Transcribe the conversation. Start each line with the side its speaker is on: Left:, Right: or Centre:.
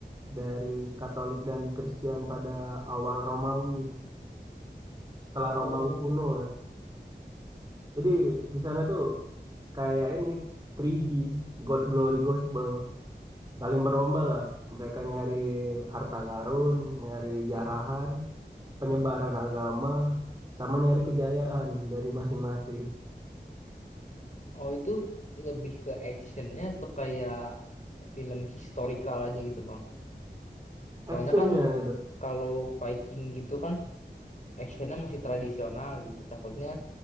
Right: dari Katolik dan Kristen pada awal Romawi setelah Romawi
Left: oh,
Right: kuno ya. Jadi di sana tuh kayak ini 3G God Glory Gospel saling berlomba lah mereka nyari harta karun nyari jarahan penyebaran agama sama nyari kejayaan dari masing-masing
Left: oh itu lebih ke actionnya atau kayak film historical aja gitu bang. Soalnya
Right: actionnya
Left: kan
Right: itu
Left: kalau Viking gitu kan actionnya masih tradisional gitu. Takutnya